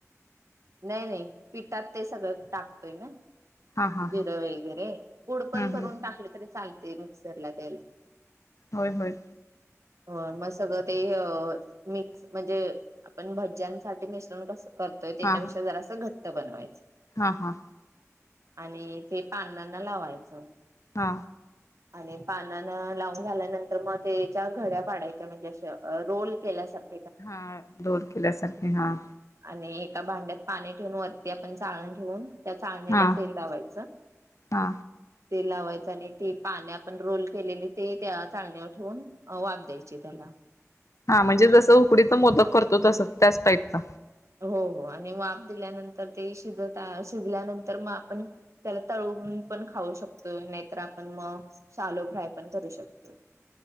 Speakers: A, on the right (about 65°); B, on the left (about 65°).
A: नाही नाही पिठात ते सगळं टाकतोय ना.
B: हा हा
A: जिरं
B: हा
A: वगैरे पुूड पण
B: हम्म
A: करून
B: हम्म
A: टाकले तरी चालत. ते मीक्सरला त्याल
B: होय होय
A: हो मग सगळं ते मिक्स म्हणजे आपण भज्यांसाठी मिश्रण कस करतोय त्याच्यापेक्षा
B: हा
A: जरा असं घ बनवायचं
B: हा हा
A: आणि ते पानांना लावायचं.
B: हा
A: आणि पानान लावून झाल्यानंतर मग त्याच्या घड्या पाडायच्या म्हणजे रोल केल्यासारख
B: हा दोर केल्यासारखे हा
A: आणि एका भांड्यात पाणी ठेवन वरती आपण चाळण ठेवून त्या चाळणीला
B: हा
A: तेल लावायचं
B: हा
A: तेल लावायचं आणि ते पाने आपण रोल केलेली ते त्या चाळण्यावर ठेवून वाफ द्यायची त्याला
B: हा म्हणजे जसं उकडीच मोदक करतो तसं त्याच टाईपचा.
A: हो हो आणि वाप दिल्यानंतर ते शिजत शिजल्यानंतर मग आपण त्याला तळून पण खाऊ शकतोय नाहीतर आपण मग शलो फ्राय पण करू शकतोय.